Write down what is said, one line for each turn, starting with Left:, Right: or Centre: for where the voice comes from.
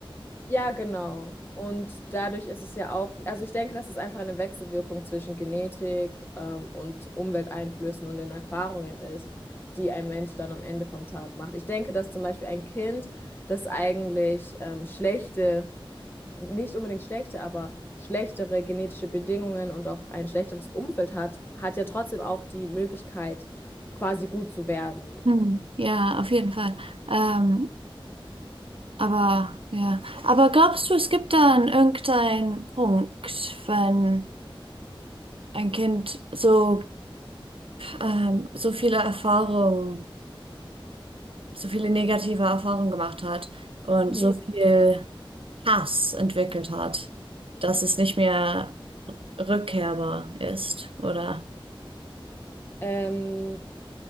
Left: Ja, genau. Und dadurch ist es ja auch, also ich denke, das ist einfach eine Wechselwirkung zwischen Genetik, ähm, und Umwelteinflüssen und den Erfahrungen ist, die ein Mensch dann am Ende vom Tag macht. Ich denke, dass zum Beispiel ein Kind, das eigentlich ähm, schlechte, nicht unbedingt schlechte, aber schlechtere genetische Bedingungen und auch ein schlechteres Umfeld hat, hat ja trotzdem auch die Möglichkeit, quasi gut zu werden.
Right: Hm, ja, auf jeden Fall. Ähm, aber ja, aber glaubst du, es gibt dann irgendeinen Punkt, wenn ein Kind so ähm, so viele Erfahrungen, so viele negative Erfahrungen gemacht hat und
Left: Mhm.
Right: so viel Hass entwickelt hat, dass es nicht mehr rückkehrbar ist, oder?
Left: Ähm,